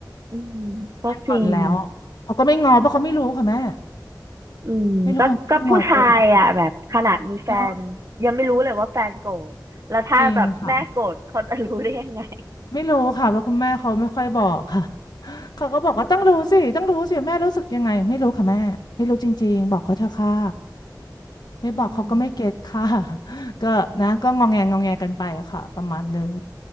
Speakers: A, on the right; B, on the left.
A: อืมก็จริง
B: แม่งอนแล้วเขาก็ไม่งอเพราะเขาไม่รู้ค่ะแม่
A: อืมก็ก็ผู้ชายอ่ะแบบขนาดมีแฟนยังไม่รู้เลยว่าแฟนโกรธแล้วถ้าแบบแม่โกรธเขาจะรู้ได้ยังไง
B: ไม่รู้ว่าแม่งอนเออเนาะจริงค่ะไม่รู้ค่ะเพราะคุณแม่เขาไม่ค่อยบอกค่ะ <laughs> เขาก็บอกว่าต้องรู้สิต้องรู้สิแม่รู้สึกยังไงไม่รู้ค่ะแม่ไม่รู้จริงๆบอกเขาเถอะค่ะ
A: อืม
B: ไม่บอกเขาก็ไม่เก็ตค่ะ
A: อืม
B: <laughs> ก็นะก็งองแงงองแงกันไปค่ะประมาณนึง